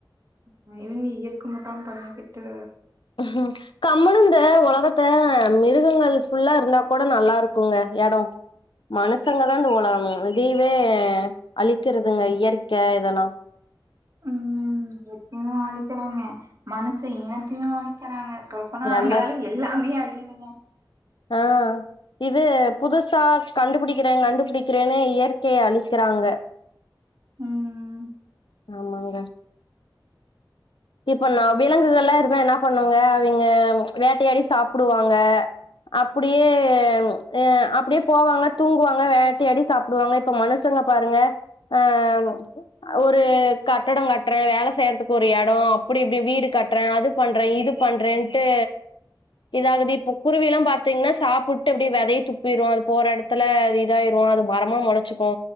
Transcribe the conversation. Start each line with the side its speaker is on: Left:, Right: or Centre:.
Right: மனிதனு எருக்கமாதா பண்ணிக்கிட்டு
Left: ஹம் கமலுந்த ஒலகத்த மிருகங்கள் ஃபுல்லா இருந்தா கூட நல்லா இருக்குங்க எடொ மனுசங்கதா இந்த உலகமே விதைவே அழிக்கிறதுங்க இயற்க்க இதெல்லா
Right: ம் இயற்கையு அழிக்கிறாங்க மனுச இனத்தையு அழிக்கிறாங்க சொல் ஆனா அவிங்களால
Left: எல்லாத்
Right: எல்லாமே அழியுதுங்க
Left: ஆ இது புதுசா கண்டுபுடிக்கிறே கண்டுபுடிக்கிறேன்னு இயற்கைய அழிக்கறாங்க
Right: ம்
Left: ஆமாங்க இப்ப நா விலங்குகள்லா இருந்தா என்னா பண்ணுவாங்க அவிங்க வேட்டையாடி சாப்புடுவாங்க அப்புடியே ம் அ அப்புடியே போவாங்க தூங்குவாங்க வேட்டையாடி சாப்புடுவாங்க இப் ப மனுசங்க பாருங்க ஆ ம் ஒரு கட்டடோ கட்றே வேல செய்றத்துக்கு ஒரு எ டோ அப்டி இப்டி வீடு கட்றே அது பண்றே இது பண்றேன்ட்டு எதாவது இப்ப குருவியெல்லா பா்த்தீங்ன்னா சாப்புட்டு அப்டியே வெதைய துப்பீரு அது போற எடத் துல அது இதாயிரு அது மரமா மொளச்சுக்கு